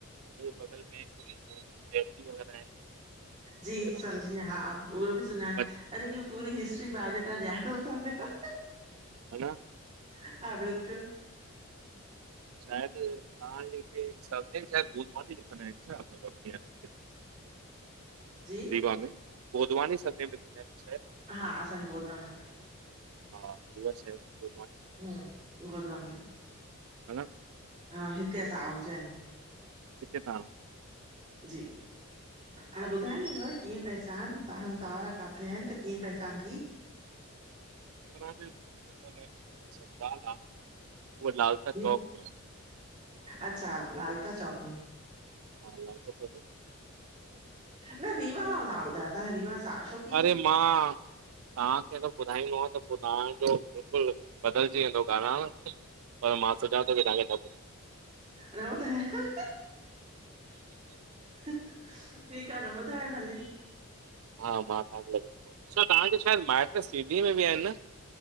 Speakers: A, on the right; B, on the right.
A: बगल में। <unintelligible> वग़ैरह आहे
B: जी
A: बस
B: समझी यम। हा। उहो बि सुञाणे,
A: बस
B: अरे इ पूरी हिस्ट्री भा ॼ तां जणो था पिया।
A: ह न।
B: हा बिलकुल।
A: हायदि तव्हांजे हितेेवानी लिखंदा आहिनि छा मतलब। <unintelligible>
B: जी
A: रीवा में गोधवानी सरनेम लिखंदा आहिन शायद।
B: हा। असांजी गोधवानी आ।
A: हा रीवा सां आहे गोधवानी।
B: हम गोधवानी आ।
A: ह न।
B: हा हिते असां आहुजा आहियूं।
A: हीते ता।
B: जी हाणे
A: हा
B: ॿुधाईंदव केर। पहचान तव्हाजा सावरा काथे आहिन त कीअ पहचान थी।
A: उहा लालसा चौक
B: जी
A: ते आहे।
B: अच्छा लाल ता चौक मै।
A: हा लालता चोक।
B: न रीवा मा तव्हा ॿुधायो ता रीवा छा अशोक।
A: अरे मा। तव्हाखे त ॿुधाईंदो माव त पो तव्हाजो बिल्कुल बदलजी वेदो ॻाल्हाण। पर मां सोचा थो की तव्हाखे न।
B: रहो त ह ह। ह ठीक आ त ॿुधाए भली।
A: हा मां तव्हाखे लॻे थो डिसो आ तव्हा शायद माइट सिधी मे बि आहिन न।